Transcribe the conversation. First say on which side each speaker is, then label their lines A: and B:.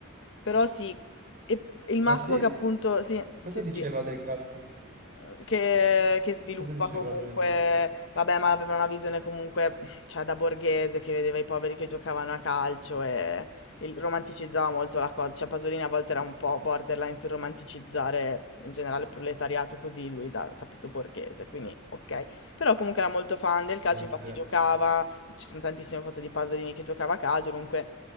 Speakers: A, on the left; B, on the right.
A: Però sì, e il massimo
B: Ah sì?
A: che appunto, sì,
B: Cosa
A: sì,
B: diceva
A: sì.
B: del calcio?
A: Ehm, che, che sviluppa
B: Cosa diceva
A: comunque,
B: lui? del-
A: vabbè, ma aveva una visione comunque, cioè, da borghese che vedeva i poveri che giocavano a calcio e il- romanticizzava molto la cosa, cioè Pasolini a volte era un po' borderline sul romanticizzare in generale il proletariato così lui da capito borghese, quindi ok, però comunque era molto fan del calcio,
B: Ah,
A: infatti
B: sì.
A: giocava ci sono tantissime foto di Pasolini che giocava a calcio, comunque